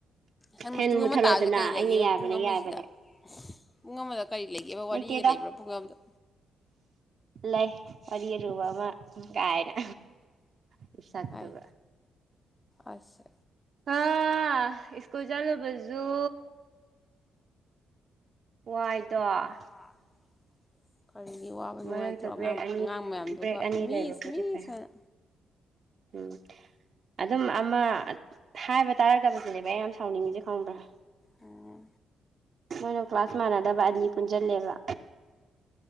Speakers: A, on the left (about 25°); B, on the right (about 60°).
A: ꯅꯪꯅ
B: ꯐꯦꯟ
A: ꯄꯨꯡ
B: ꯃꯨꯠꯊꯠꯂꯣꯗꯅ
A: ꯑꯃ ꯇꯥꯕꯁꯦ ꯀꯔꯤ ꯂꯩꯒꯦꯕ
B: ꯑꯩꯅ ꯌꯥꯕꯅꯦ
A: ꯄꯨꯡ ꯑꯃꯁꯤꯗ
B: ꯌꯥꯕꯅꯦ
A: ꯄꯨꯡ ꯑꯃꯗ ꯀꯔꯤ ꯂꯩꯒꯦꯕ ꯋꯥꯔꯤꯒ
B: ꯂꯩꯇꯦꯗ
A: ꯂꯩꯕ꯭ꯔꯥ ꯄꯨꯡ ꯑꯃꯗ
B: ꯂꯩ ꯋꯥꯔꯤ ꯑꯔꯨꯕ ꯑꯃ ꯀꯥꯢꯅ ꯅꯁꯛꯇꯨꯒ
A: ꯍꯥꯏ ꯑꯁ
B: ꯍꯥ ꯁꯀꯨꯜ ꯆꯠꯂꯨꯕꯖꯨ ꯋꯥꯏꯗ‌ꯣ
A: <unintelligible> ꯀꯔꯤꯒꯤ ꯋꯥꯕ ꯅꯨꯡꯉꯥꯏꯇ꯭ꯔꯣ
B: ꯃꯔꯛꯇ
A: ꯑꯉꯥꯡ
B: ꯕ꯭ꯔꯦꯛ ꯑꯅꯤ
A: ꯑꯉꯥꯡ ꯃꯌꯥꯝꯗꯨꯒ
B: ꯕ꯭ꯔꯦꯛ ꯑꯅꯤ
A: ꯃꯤꯁ
B: ꯂꯩꯕꯕꯨꯗꯤ
A: ꯃꯤꯁ
B: ꯐꯩ
A: ꯍꯥꯏꯅ
B: ꯎꯝ ꯑꯗꯨꯝ ꯑꯃ ꯍꯥꯏꯕ ꯇꯥꯔꯛꯇꯕꯁꯤꯅꯦꯕ ꯑꯩ ꯌꯥꯝ ꯁꯥꯎꯅꯤꯡꯉꯤꯁꯦ ꯈꯪꯕ꯭ꯔꯥ
A: ꯑꯣ
B: ꯃꯣꯏꯅ ꯀ꯭ꯂꯥꯁ ꯃꯥꯟꯅꯗꯕ ꯑꯅꯤ ꯄꯨꯟꯁꯤꯜꯂꯦꯕ